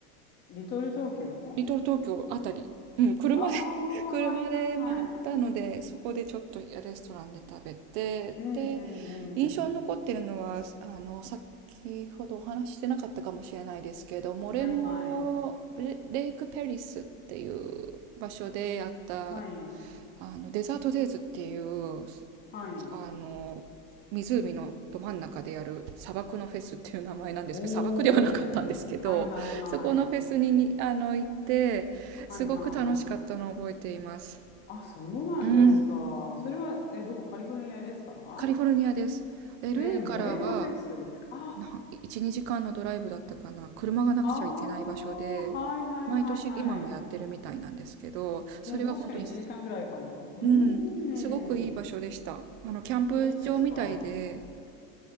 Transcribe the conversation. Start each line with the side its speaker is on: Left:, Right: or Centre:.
Left: う。リトル東京
Right: リトル東京あたり、うん、車で
Left: ああはいはいはい。
Right: <laughs> 車で回ったので、そこでちょっとレストランで食べて、
Left: うんうんうん。
Right: で、印象に残ってるのは、あの、先ほどお話ししてなかったかもしれないですけど、モレノレ、
Left: はいはい。
Right: レイクペリスっていう場所でやった、
Left: はい。
Right: あの、デザートデイズっていう、
Left: はい。
Right: あの、湖のど真ん中でやる砂漠のフェスっていう名前なんですけど、
Left: おー。
Right: 砂漠ではなかったんですけど、
Left: はいはいはい。
Right: <laughs> そこのフェスに、にあの、行って、
Left: はいはい。
Right: すごく楽しかったのを覚えています。
Left: あ、そうなんですか。
Right: うん。
Left: それは、え、どこカリフォルニアですか
Right: カリフォルニアです。LA
Left: へえ、モレノフェス。
Right: からは
Left: あ、
Right: な1、2時間のドライブだったかな。車がなくちゃいけない場所で、
Left: ああ、はいはいはいはい。
Right: 毎年今もやってるみたいなんですけど、それは本当に、
Left: うん、確かに1時間ぐらいかも。うーん。
Right: うん、すごくいい場所でした。あの、キャンプ場みたいで、
Left: そうですか。